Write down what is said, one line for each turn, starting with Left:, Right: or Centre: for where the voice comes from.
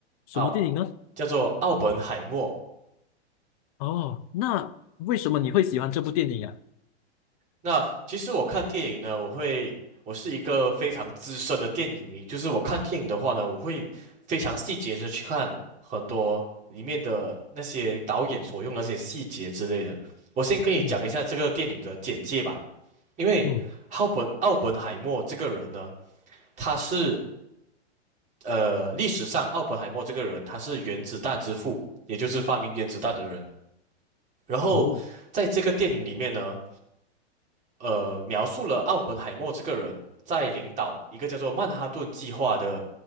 Left: 什么电影呢？
Right: 奥，叫做奥本海默。
Left: 哦，那为什么你会喜欢这部电影啊？
Right: 那其实我看电影呢，我会，我是一个非常资深的电影迷，就是我看电影的话呢，我会非常细节的去看很多里面的那些导演所用的那些细节之类的。我先跟你讲一下这个电影的简介吧，
Left: 嗯
Right: 因为奥本奥本海默这个人呢，
Left: 嗯，
Right: 他是呃历史上奥本海默这个人，他是原子弹之父，也就是发明原子弹的人。然后在这个电影里面呢。
Left: 哦。
Right: 呃，描述了奥本海默这个人在领导一个叫做曼哈顿计划的